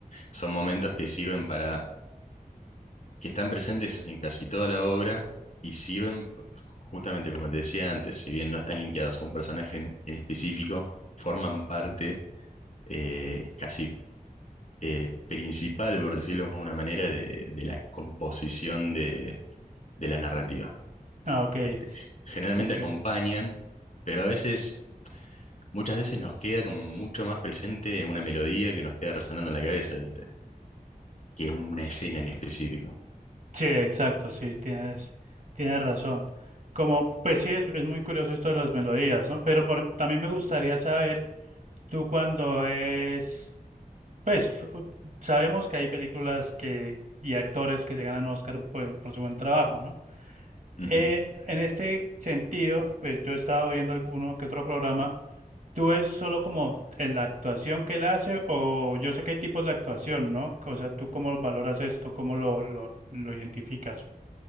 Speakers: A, on the left (about 55°); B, on the right (about 60°).
A: Son momentos que sirven para, que están presentes en casi toda la obra y sirven, justamente como te decía antes, si bien no están linkeados a un personaje en, en específico, forman parte eh, casi eh, principal, por decirlo de una manera, de, de la composición de, de la narrativa.
B: Ah, ok,
A: Este, generalmente
B: entiendo.
A: acompañan, pero a veces, muchas veces nos queda como mucho más presente una melodía que nos queda resonando en la cabeza, ¿viste? Que una escena en específico.
B: Sí, exacto, sí, tienes, tienes razón. Como, pues sí, es, es muy curioso esto de las melodías, ¿no? Pero por- em- también me gustaría saber Tú cuando es, pues u- sabemos que hay películas que y actores que se ganan Oscar pues, por su buen trabajo, ¿no?
A: Ujú.
B: Eh, en este sentido, pues yo he estado viendo alguno que otro programa. ¿Tú es solo como en la actuación que él hace o yo sé que hay tipos de actuación, ¿no? O sea, ¿tú cómo valoras esto? ¿Cómo lo, lo, lo identificas?